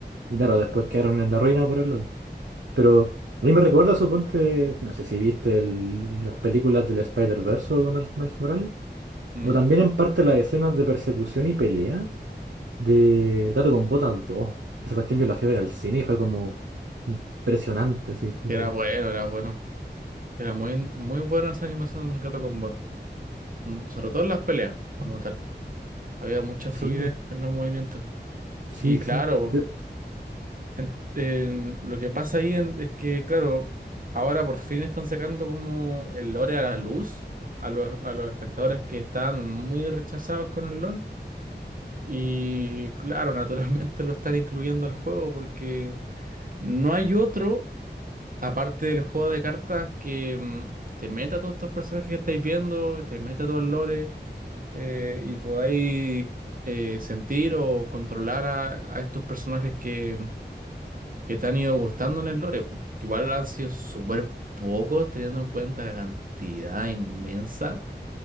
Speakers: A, on the right; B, on the right.
A: Y claro, después quedaron en la ruina por el LOL. Pero a mí me recuerda, suponte, no sé si viste el- las películas del Spider-Verse o Donald Miles Morales,
B: mm,
A: o también en parte las escenas de persecución y pelea de El Gato con Botas dos Esa cuestión yo la fui a ver al cine y fue como impresionante, así, tipo,
B: que era bueno, era bueno. Era muy, muy buena esa animación del gato con bota. Mm, Sobre todo en las peleas, como tal. Había mucha fluidez
A: sí, po,
B: en los movimientos.
A: sí,
B: Y
A: sí.
B: claro,
A: Pe-
B: en- en- lo que pasa ahí en- es que, claro, ahora por fin están sacando como el lore a la luz a los, a los espectadores que están muy rechazados con el LOL. Y claro, <laughs> naturalmente lo están incluyendo al juego porque... No hay otro aparte del juego de cartas que mm, te meta todos estos personajes que estáis viendo, te meta todo el lore eh, y podáis eh, sentir o controlar a, a estos personajes que, que te han ido gustando en el lore, po. Igual han sido súper pocos teniendo en cuenta la cantidad inmensa